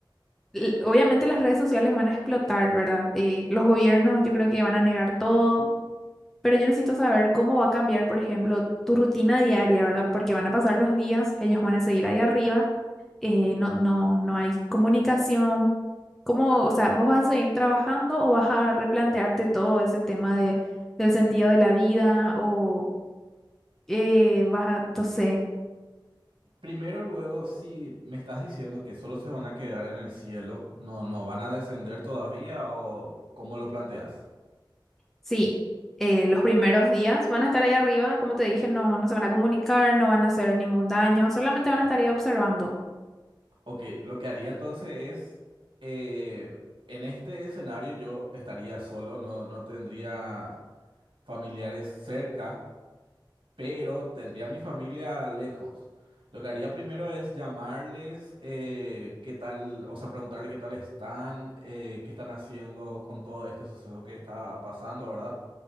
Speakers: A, in the centre; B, on the right.
A: l- obviamente las redes sociales van a explotar, ¿verdad? Eh, los gobiernos yo creo que van a negar todo. Pero yo necesito saber cómo va a cambiar, por ejemplo, tu rutina diaria, ¿verdad? Porque van a pasar los días, ellos van a seguir ahí arriba, eh, no, no, no hay comunicación. ¿Cómo, o sea, vos vas a seguir trabajando o vas a replantearte todo ese tema de, del sentido de la vida o eh, vas a, no sé,
B: Primero, luego, si me estás diciendo que solo se van a quedar en el cielo, no, no, ¿van a descender todavía o cómo lo planteas?
A: sí, eh, los primeros días van a estar ahí arriba, como te dije, no, no se van a comunicar, no van a hacer ningún daño, solamente van a estar ahí observando.
B: Ok, lo que haría entonces es, eh, en este escenario yo estaría solo, no, no tendría familiares cerca, pero tendría a mi familia lejos. Lo que haría primero es llamarles, eh, qué tal, o sea, preguntarle qué tal están, eh, qué están haciendo con todo este suceso que está pasando, ¿verdad?